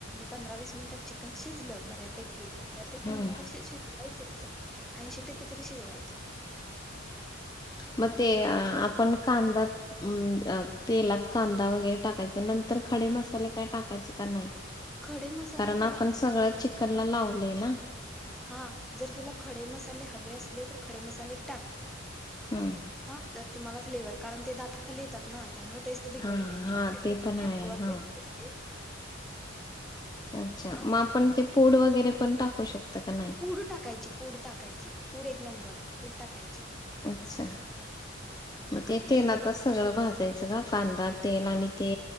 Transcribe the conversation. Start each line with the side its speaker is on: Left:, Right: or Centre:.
Centre: पंधरा वीस मिनिटात चिकन शिजलं. बऱ्यापैकी. बऱ्यापैकी
Left: हम्म
Centre: म्हणण्यापेक्षा शिजवायचं. ऐंशी टक्के तरी शिजवायचं.
Left: मग ते आपण कांदा अ तेलात कांदा वगैरे टाकायचा. नंतर खडे मसाले काय टाकायच का नाही?
Centre: खडे मसाले
Left: कारण
Centre: तुला
Left: आपण सगळं चिकनला लावलंय ना.
Centre: हा जर तुला खडे मसाले हवे असले, तर खडे मसाले टाक.
Left: हम्म.
Centre: हा, तर तुम्हाला फ्लेवर. कारण ते दाताखाली येतात ना. त्यामुळे मग टेस्ट बिघडते.
Left: हा हा
Centre: <unintelligible>
Left: ते पण आहे हा. अच्छा
Centre: हा
Left: मग आपण ते पूड वगैरे पण टाकू शकत का नाही?
Centre: पुड टाकायची. पूड टाकायची. पुड एक नंबर. पुड टाकायची.
Left: अच्छा मग ते
Centre: आणि
Left: तेलातच सगळं भाजयचं का? कांदा तेल आणि ते